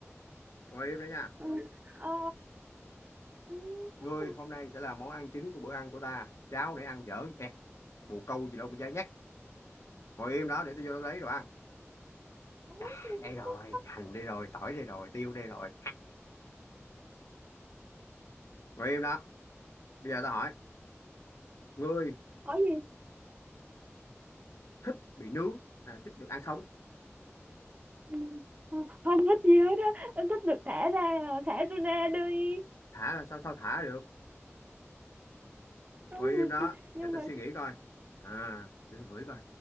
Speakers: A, on the left (about 80°); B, on the right (about 30°).
A: ngồi im đó nha
B: ừ, ờ, ê,
A: ngươi
B: chết rồi
A: hôm nay sẽ là món ăn chính của bữa ăn của ta cháo nãy ăn dở ẹt bồ câu gì đâu mà dai nhắc ngồi im đó để tôi vô đó lấy đồ ăn
B: Đúng,
A: à,
B: đúng,
A: đây
B: đúng,
A: rồi
B: đúng.
A: hành đây rồi tỏi đây rồi tiêu đây rồi ngồi im đó bây giờ tao hỏi ngươi
B: Có gì
A: thích bị nướng hay thích được ăn sống
B: Ừ. Ờ, không thích gì hết á Em thích được thả ra à, thả tôi ra đi
A: thả là sao sao thả được
B: ừ.
A: ngồi im đó
B: nhưng
A: để tao
B: mà
A: suy nghĩ coi à để tao hửi coi